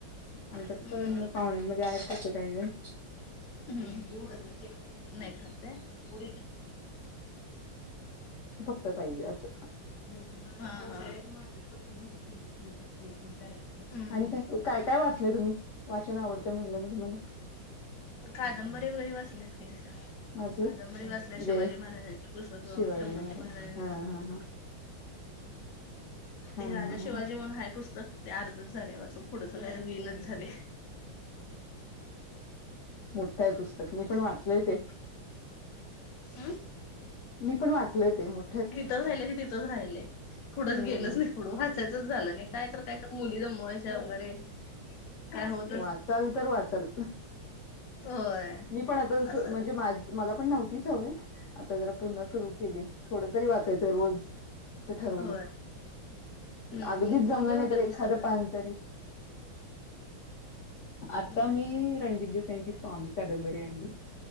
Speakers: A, on the left; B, on the left.
A: आमच्यात
B: हम्म
A: पण पाहुण्यांमध्ये आहेत तसं काही जण
B: नाही खात हम्म.
A: तर पाहिजे असं.
B: हा हा हम्म.
A: आणि काय काय काय वाचलंय तुम्ही वाचन आवडतं म्हणलं ना तुम्हाला?
B: कादंबरी वगैरे वाचलात का अस.
A: वाचलं
B: कादंबरी वाचल्या
A: म्हणजे
B: शिवाजी महाराजांचे पुस्तकं
A: शिवाजी
B: संभाजी
A: महाराज
B: महाराजांच
A: हा हा हा
B: ते
A: हा
B: राजा
A: हा
B: शिवाजी म्हणून पुस्तक ते अर्धत झाले वाचून. पुढ काय विनत झाली.
A: मोठाय पुस्तक मी पण वाचलंय ते.
B: आं?
A: मी पण वाचलय ते मग.
B: तिथंच राहिले ते तिथंच राहिलय. पुढं
A: हम्म
B: च गेलंच नाही पुढं वाचायचंच झालं नाही काय तर काय तर मुली दमवायच्या वगैरे. काय होतच
A: वाचाल तर वाचाल!
B: होय
A: मी पण आता जस
B: असं
A: म्हणजे माझ् मला पण नव्हती सवय आता जरा पुन्हा सुरू केले थोड तरी वाचायचं रोज. अस ठरवले
B: होय हम्म हम्म
A: अगदीच
B: कोणती
A: जमलं
B: कोणती
A: नाही तर
B: पुस्तकं
A: एखाद पान तरी - आता
B: हम्म
A: मी रणजित देसाईची स्वामी कादंबरी आणली.